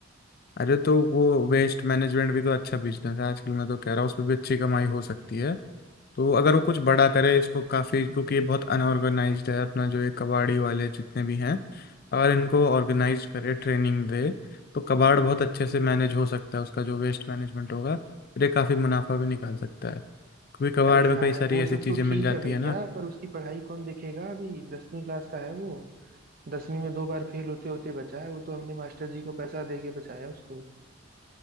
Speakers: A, on the left; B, on the right.
A: अरे तो वो वेस्ट मैनेजमेंट भी तो अच्छा बिजनेस है आजकल मैं तो कह रहा हूँ उसमें भी अच्छी कमाई हो सकती है तो अगर वो कुछ बड़ा करे इसको काफी क्योंकि ये बहुत अनऑर्गेनाइज्ड है अपना जो ये कबाड़ी वाले जितने भी हैं अगर इनको ऑर्गेनाइज करे ट्रेनिंग दे तो कबाड़ बहुत अच्छे से मैनेज हो सकता है उसका जो वेस्ट मैनेजमेंट होगा फिर ये काफी मुनाफा भी निकाल सकता है क्योंकि कबाड़
B: अरे
A: में
B: यार
A: कई सारी
B: वो
A: ऐसी
B: सब
A: चीजें
B: तो
A: मिल
B: ठीक
A: जाती
B: है भैया
A: है ना
B: पर उसकी पढ़ाई कौन देखेगा अभी दसवीं क्लास का है वो दसवीं में दो बार फेल होते होते बचा है वो तो हमने मास्टर जी को पैसा दे के बचाया उसको